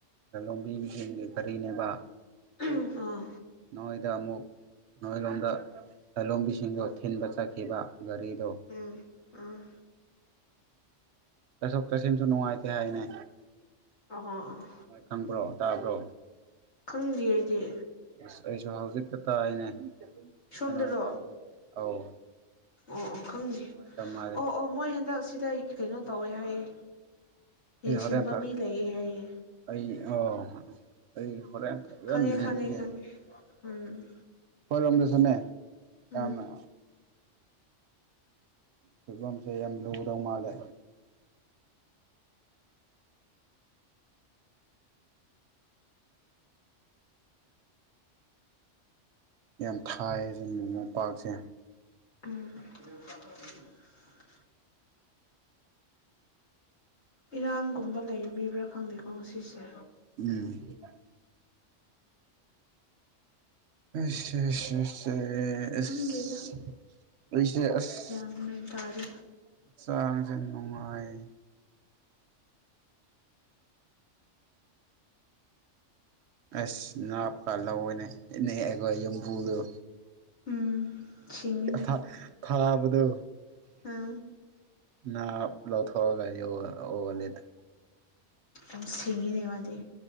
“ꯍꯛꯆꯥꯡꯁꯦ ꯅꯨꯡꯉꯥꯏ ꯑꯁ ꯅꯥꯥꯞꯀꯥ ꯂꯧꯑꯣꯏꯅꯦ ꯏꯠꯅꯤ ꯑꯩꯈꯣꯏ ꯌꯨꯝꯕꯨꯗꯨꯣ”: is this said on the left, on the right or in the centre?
Right